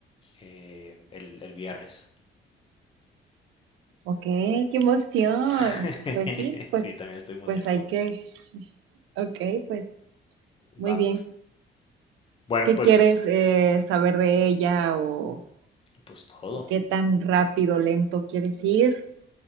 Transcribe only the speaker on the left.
eh, el, el viernes.
<laughs>
Sí, también estoy emocionado.
Va.
Bueno,
pues,
pues todo.